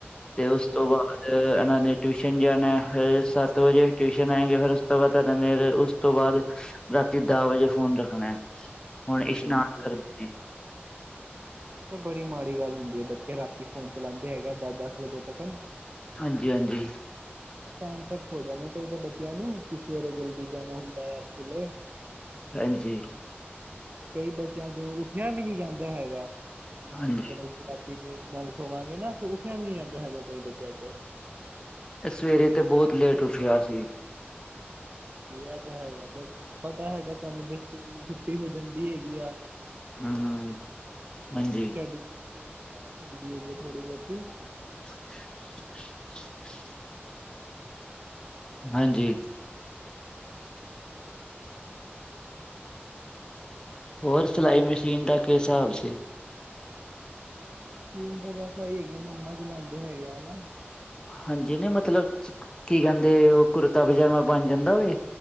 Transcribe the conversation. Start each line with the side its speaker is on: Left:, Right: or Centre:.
Left: ਤੇ
Right: ਹਾਂਜੀ
Left: ਉਸ ਤੋਂ ਬਾਅਦ ਇਹਨਾਂ ਨੇ ਟਿਊਸ਼ਨ ਜਾਣਾ ਫਿਰ ਸੱਤ ਵਜੇ ਟਿਊਸ਼ਨ ਆਏਂਗੀ ਫਿਰ ਉਸ ਤੋਂ ਬਾਅਦ ਇਹਨਾਂ ਨੇ ਉਸ ਤੋਂ ਬਾਦ ਰਾਤੀ ਦਹ ਵਜੇ ਫੋਨ ਰੱਖਣਾ। ਹੁਣ
Right: ਹਾਂਜੀ,
Left: ਇਸ਼ਨਾਨ
Right: ਬੋ-ਬੋ।
Left: ਕਰਦੇ ਨੇ
Right: ਇਹ ਤਾਂ ਬੜੀ ਮਾੜੀ ਗੱਲ ਹੁੰਦੀ ਹੈ। ਬੱਚੇ ਰਾਤੀ ਫੋਨ ਚਲਾਉਂਦੇ ਹੈਗੇ, ਦਸ-ਦਸ ਵਜੇ ਤੱਕ
Left: ਹਾਂਜੀ-ਹਾਂਜੀ।
Right: ਟਾਈਮ ਸਿਰ ਹੋ ਜਾਣਾ ਚਾਹੀਦਾ ਬੱਚਿਆਂ ਨੂੰ। ਕਿ ਸਵੇਰੇ ਜਲਦੀ ਜਾਣਾ ਹੁੰਦਾ ਆ ਸਕੂਲੇ।
Left: ਹਾਂਜੀ।
Right: ਕਈ ਬੱਚਿਆਂ ਤੋ ਉੱਠਿਆ ਵੀ ਨਹੀਂ ਜਾਂਦਾ ਹੈਗਾ। ਕਿ
Left: ਹਾਂਜੀ
Right: ਮਤਲਬ ਇੱਥੇ ਤੱਕ ਲੇਟ ਨਾਲ ਸਵਾਂਗੇ ਨਾ, ਤੇ ਉੱਠਿਆ ਵੀ ਨੀ ਜਾਂਦਾ ਹੈਗਾ ਕਈ ਬੱਚਿਆਂ ਕੋਲ।
Left: ਇਹ ਸਵੇਰੇ ਤੇ ਬਹੁਤ ਲੇਟ ਉੱਠਿਆ ਸੀ।
Right: ਬਇ ਏਂਦਾ ਹੈਗਾ ਫਿਰ। ਪਤਾ ਹੈਗਾ ਤੁਹਾਨੂੰ ਫੇਰ ਸਕੂਲ ਦੀ ਛੁੱਟੀ ਹੋ ਜਾਂਦੀ ਹੈਗੀ ਆ।
Left: ਹੂੰ, ਹੂੰ
Right: ਡੀ
Left: ਹਾਂਜੀ,
Right: ਖਰਾਬ ਹੁੰਦੀ ਹੈਗੀ ਥੋੜੀ ਬਹੁਤੀ।
Left: <unintelligible> ਹਾਂਜੀ। ਹੋਰ ਸਿਲਾਈ ਮਸ਼ੀਨ ਦਾ ਕਿਸ ਹਿਸਾਬ ਸੀ।
Right: ਸਿਲਾਈ ਮਸ਼ੀਨ ਦਾ ਬਸ ਆ ਹੈਗੇ, ਕਿ ਮਮਾ ਚਲਾਉਂਦੇ ਹੈਗੇ ਹਨਾ।
Left: ਹਾਂਜੀ, ਨਹੀਂ ਮਤਲਬ ਕੀ ਕਹਿੰਦੇ, ਉਹ ਕੁੜਤਾ- ਪਜਾਮਾ ਬਣ ਜਾਂਦਾ ਹੋਏ।